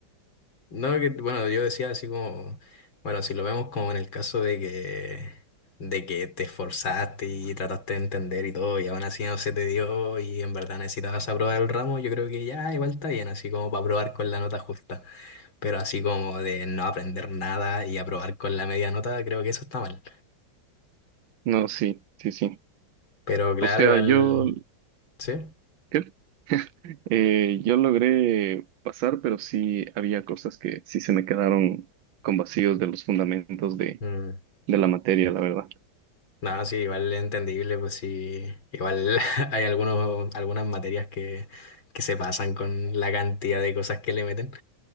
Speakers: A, on the left; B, on the right.
A: No, que, bueno, yo decía así como, bueno, si lo vemos como en el caso de que, de que te esforzaste y trataste de entender y todo, y aún así no se te dio y en verdad necesitabas aprobar el ramo, yo creo que ya igual está bien, así como para aprobar con la nota justa, pero así como de no aprender nada y aprobar con la media nota, creo que eso está mal.
B: no, sí, sí, sí.
A: Pero claro,
B: O sea,
A: igual,
B: yo
A: sí.
B: ¿Qué? <laughs> Eh, yo logré pasar, pero sí había cosas que sí se me quedaron con vacíos de los fundamentos de,
A: Mm.
B: de la materia, la verdad.
A: Nada, sí, igual es entendible, pues sí, igual <laughs> hay algunos, algunas materias que, que se pasan con la cantidad de cosas que le meten,